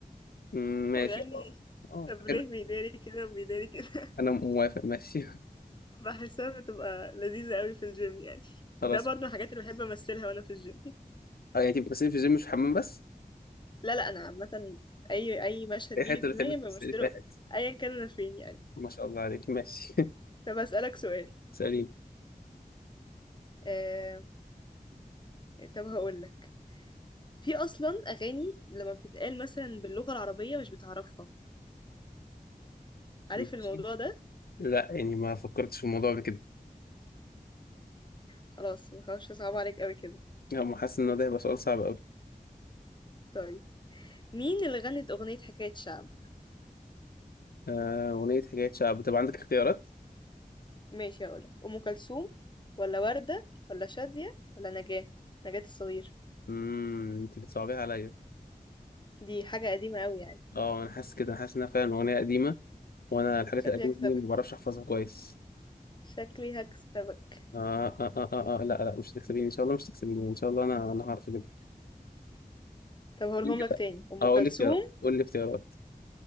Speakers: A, on the left; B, on the left.
A: مم، ماشي
B: وغني
A: اه آه،
B: طب
A: حلو
B: ليه بيداري كده وبيداري كده <laughs>
A: أنا موافق ماشي <laughs>
B: بحسها بتبقى لذيذة قوي في الجيم يعني
A: خلاص
B: ده برضه من الحاجات اللي بحب امثلها وانا في الجيم
A: اه يعني تبقى بتمثلي في الجيم مش في الحمام بس
B: لا لا انا عامة اي اي مشهد
A: أي
B: بيجي
A: حتة
B: في
A: بتحبي
B: دماغي
A: تمثلي
B: بمثله
A: في أي حتة
B: ايا كان انا فين يعني
A: ما شاء الله عليك ماشي
B: طب اسألك سؤال
A: <laughs> سألين
B: آه... طب هقول لك في اصلا اغاني لما بتتقال مثلا باللغه العربيه مش بتعرفها عارف
A: ماشي
B: الموضوع ده
A: لا يعني ما فكرتش في الموضوع قبل كده
B: خلاص ما خلاص صعب عليك قوي كده
A: لا ما حاسس ان ده هيبقى سؤال صعب قوي
B: طيب مين اللي غنت اغنيه حكايه شعب
A: آه، اغنيه حكايه شعب طب عندك اختيارات
B: ماشي هقولك ام كلثوم ولا ورده ولا شاديه ولا نجاه نجاه الصغير
A: امم انت بتصعبيها عليا
B: دي حاجه قديمه قوي يعني
A: اه انا حاسس كده انا حاسس انها فعلا اغنيه قديمه وانا الحاجات
B: شكلي
A: القديمه
B: هكسبك
A: دي ما بعرفش احفظها كويس
B: شكلي هكسبك
A: آه آه آه آه آه. لا لا مش هتكسبيني ان شاء الله مش هتكسبيني ان شاء الله انا انا هعرف اجيبها
B: طب هقولهم
A: قول لي
B: لك
A: كده
B: تاني ام
A: اه قول
B: كلثوم
A: لي اختيارات قول لي اختيارات